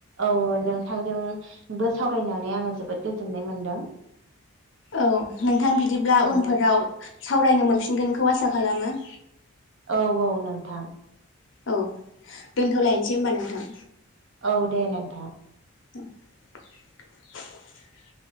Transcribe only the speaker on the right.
औ नोंथांजोंबो सावरायनानै आङो जोबोद गोजोननाय मोनदों।
औ
औ औ नोंथां
औ दे नोंथां